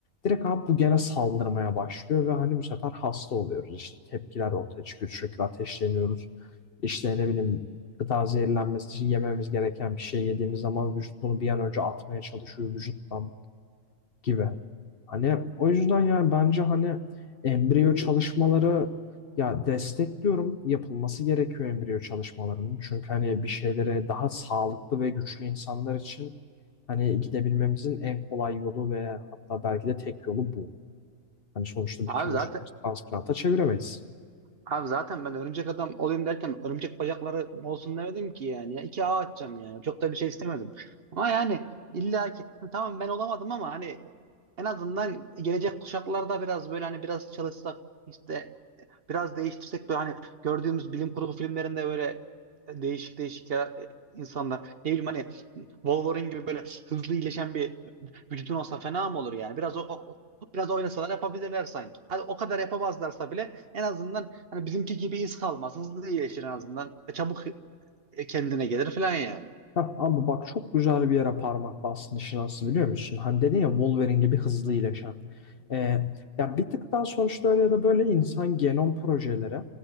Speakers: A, on the left; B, on the right.
A: direkt abi bu gene saldırmaya başlıyor ve hani bu sefer hasta oluyoruz. İşte tepkiler ortaya çıkıyor. Sürekli ateşleniyoruz. İşte ne bileyim gıda zehirlenmesi, yememiz gereken bir şey yediğimiz zaman vücut bunu bir an önce atmaya çalışıyor vücuttan gibi. Hani o yüzden yani bence hani embriyo çalışmaları ya destekliyorum. Yapılması gerekiyor embriyo çalışmalarının. Çünkü hani bir şeylere daha sağlıklı ve güçlü insanlar için hani gidebilmemizin en kolay yolu ve hatta belki de tek yolu bu. Hani sonuçta
B: Abi
A: bütün
B: zaten
A: vücudumuzu transplanta çeviremeyiz.
B: Abi zaten ben örümcek adam olayım derken örümcek bacakları olsun demedim ki yani. Ya iki ağ atacağım yani Çok da bir şey istemedim. Ama yani illa ki "Hı, tamam ben olamadım ama hani en azından gelecek kuşaklarda biraz böyle hani biraz çalışsak işte biraz değiştirsek böyle hani gördüğümüz bilim kurgu filmlerinde böyle değişik değişik ya, e, insanlar ne bileyim hani Wolverine gibi böyle hızlı iyileşen bir vücudun olsa fena mı olur yani? Biraz o, o- o- biraz oynasalar yapabilirler sanki. Hadi o kadar yapamazlarsa bile en azından hani bizimki gibi iz kalmaz. Hızlı iyileşir en azından. E, Çabuk e, kendine gelir falan yani.
A: Heh, ama bak çok güzel bir yere parmak bastın işin aslı biliyor musun? Hani dedin ya Wolverine gibi hızlı iyileşen. Ee, ya bir tık daha sonuçta öyle ya da böyle insan genom projeleri